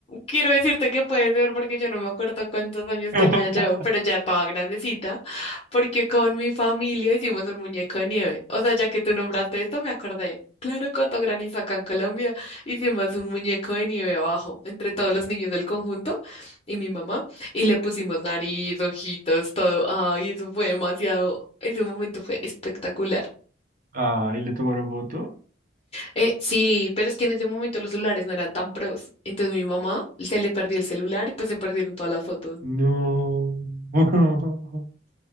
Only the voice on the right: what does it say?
<laughs>
Ah, ¿y le tomaron foto?
No. <laughs>